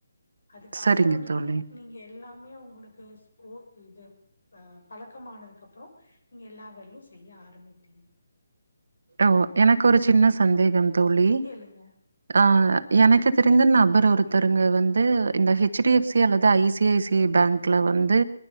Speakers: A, on the left; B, on the right.
A: அதுக்கு
B: சரிங்க
A: அப்றோ
B: தோழி
A: தான் நீங்க எல்லாமே உங்களுக்கு ஸ்போக் இது அஹ் பழக்கமானதுக்கு அப்புறம் நீங்க எல்லா வேலையும் செய்ய ஆரம்மிப்பீங்க
B: ஓ எனக்கு ஒரு சின்ன சந்தேகம் தோழி
A: கேளுங்க
B: ஆஹ் எனக்கு தெரிஞ்ச நபர் ஒருத்தருங்க வந்து இந்த ஹெச் டி எஃப் சி அல்லது I C I C I பேங்குல வந்து